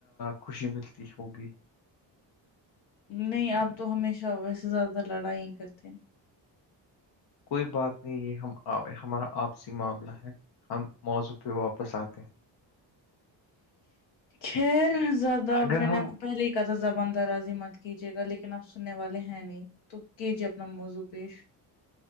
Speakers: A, on the left; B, on the left.
A: خوشی ملتی ہوگی
B: نہیں آپ تو ہمیشہ ویسے زیادہ لڑائی ہی کرتے ہیں
A: کوئی بات نہیں یہ ہم ہمارا آپسی معاملہ ہے ہم موضوع پہ واپس آتے ہیں
B: خیر زیادہ
A: اگر
B: میں
A: ہم
B: نے پہلے ہی کا تھا زبان دراز ہی مت کیجیے گا لیکن اب سننے والے ہیں نہیں تو کی ج اپنا مضو پش